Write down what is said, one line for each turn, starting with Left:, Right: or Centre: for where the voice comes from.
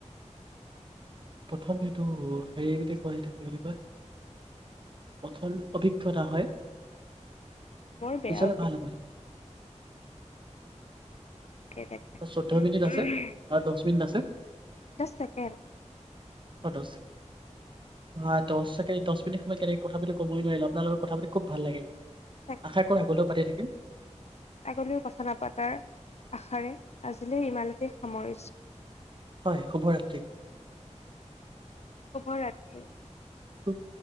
Right: প্ৰথমত এইটো হেৰি বুলি কয় এইটো কি বুলি কয় পথল অভিজ্ঞতা হয়
Left: বৰ বেয়া
Right: পিছলে
Left: অফিচটো
Right: ভাল হ'ব
Left: তাকে
Right: আও চৈধ্য
Left: উম
Right: মিনিট আছে
Left: উম।
Right: আৰু দহ মিনিট আছে
Left: জাষ্ট ছেকেণ্ড
Right: দছ ছেকেণ্ড দহ মিনিট সময় কেনেকে কথা পাতিলো কবই নোৱাৰিলো আপোনালোকৰ কথা পাতি খুব ভাল লাগিল
Left: তাকে
Right: আশা কৰো আগলৈও পাতি থাকিম
Left: আগলৈ কথা নাপাতাৰ আশাৰে আজিলৈ ইমানতে সামৰিছো
Right: হয় শুভৰাত্ৰি
Left: শুভ ৰাত্ৰি।
Right: অও